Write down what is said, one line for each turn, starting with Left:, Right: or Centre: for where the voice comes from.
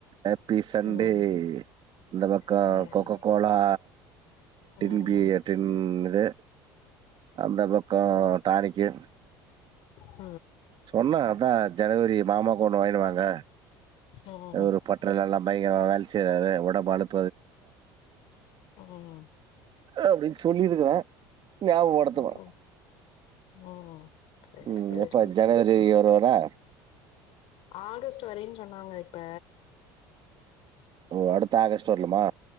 Right: ஹாப்பி சண்டே
Left: ம்
Right: இந்த பக்கோ
Left: ம்
Right: கொக்கக் கோலா டின்
Left: ம்
Right: பி ஏ
Left: ம்
Right: டின் இது அந்த பக்கோ டானிக்கு
Left: ஷ
Right: சொன்னே அதா ஜனவரி மாமாக்கு ஒண்ணு வாங்கினுவாங்க
Left: ம்
Right: ஒரு பற்றல எல்லா பயங்கரமா வேல செய்றாறு ஒடம்பு அலுப்
Left: உஹ்
Right: அப்டின்னு சொல்லிருக்றே ஞாபடத்துங்க
Left: ம் ம் சேரி
Right: உம்
Left: சேரி
Right: எப்ப ஜனவரி வ தொரா
Left: ஆகஸ்ட் வரென்னு சொன்னாங்க இப்ப
Right: ஓ அடுத்த ஆகஸ்ட் வர்லமா